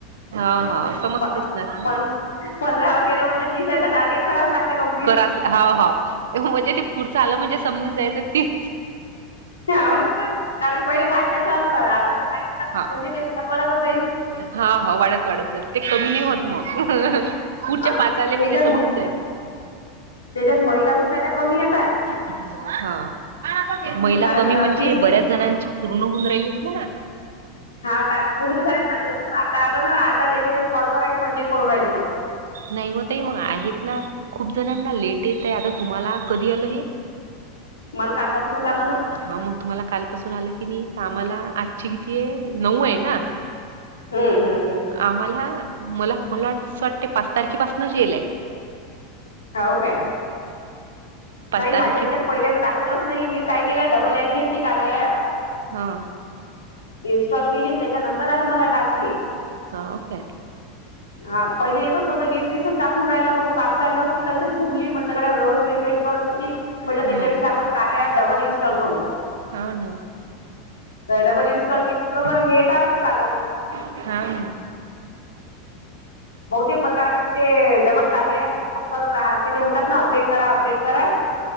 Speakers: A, on the right; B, on the left.
A: हा हा समजतेस
B: प
A: ना आता
B: पं -पंधरा व गेल म्हणजे तिसऱ्या टार्गेट कराच लागते कम्प्
A: करायचं हा हाव म्हणजे ते पुढचं आलं म्हणजे समजून जायचं तीच
B: कारण पहिले पाच्या चालूय आता
A: हा
B: म्हणजे ते वरात वात
A: हा हा वाढत वाढत जात ते कमी नाही होत मग पुढच्या
B: आणि
A: पाच आले म्हणजे
B: त्याच्यात
A: समजून
B: म-
A: जायचे
B: त्याच्यात महिला पच्या कमी येत
A: हा महिला
B: कारण
A: कमी
B: अं,
A: म्हणजे
B: तीस ती
A: बऱ्याच जणांची पूर्ण होऊन राहिले ना
B: हा टास्क पूर्ण झा माझ्यावर आता आलं ना आता त्याच्या कॉल करायची पंचायत पून राहिली मग
A: नाही मग तई मग आहेत ना खूप जणांना लेट येत आहे आता तुम्हाला कधी आलं हे
B: मला कालपासूनच आलं ना
A: हा मग तुम्हाला कालपासून आलं की नाही तर आम्हाला आजची किती आहे नऊ आहे ना
B: हम्म हम्म हम्
A: आम्हाला मला मला वाट असं वाटते पाच तारखेपासूनच येईलय
B: ह काय
A: पाच
B: नाही माझ्या
A: तारखे
B: याच्या पहिले तर दाखवलंच नाही मी काय केलं डबल ऍप घेतली कार ऍप
A: हा
B: इन्स्टॉल केली त्याच्यानंतर आलं मला टास्क हे
A: हा ओके
B: हा पहिले येतच नवत वीस वीसच दाखवून राहिलं मग पाच सहा दिवस मी तशीच घुमली म्हटलं कडे रोज रिफ्रेश करत होती म्हटलं त्याच्याविषयी
A: हो
B: आपण कार्य डबल इ् इॉ करू
A: काण ह
B: तर डबल इनस्टॉल के बरोबर हे ट असत आलं मग
A: हा हम
B: बहुतेक मला काय वाटते डबल कार्य आहे करत राहाय लागते ते म्हणतात ना अपडेट करा अपडेट करा